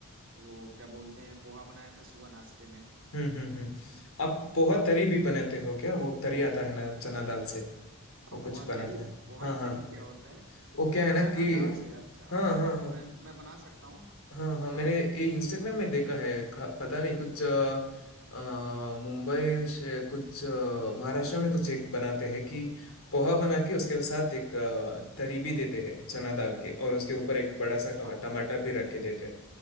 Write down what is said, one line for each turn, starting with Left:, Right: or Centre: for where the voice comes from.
Right: वो क्या बोलते हैं पोहा बनाया था सुबह नाश्ते में
Left: हम्म हम्म हम्म। आप पोहा तरी भी बनाते हो क्या वो तरी आता है ना चना दाल से वो
Right: अब पोहा
Left: कुछ बनाता
Right: तरी
Left: है
Right: पोहा
Left: हाँ हाँ
Right: तरी क्या होता है
Left: वो क्या है ना
Right: चना
Left: कि
Right: दाल से अच्छा
Left: हाँ
Right: हाँ
Left: हाँ
Right: हाँ
Left: हाँ
Right: मैं मैं बना सकता हूँ
Left: हाँ हाँ मैंने
Right: हाँ
Left: ये इंस्टाग्राम में देखा है ख- पता नहीं कुछ अ, अ, मुंबई से कुछ अ, महाराष्ट्र में कुछ एक बनाते हैं कि पोहा बना के उसके साथ एक अ, तरी भी देते हैं चना दाल के और उसके ऊपर एक बड़ा सा टमा-
Right: अ-
Left: टमाटर भी रख के देते हैं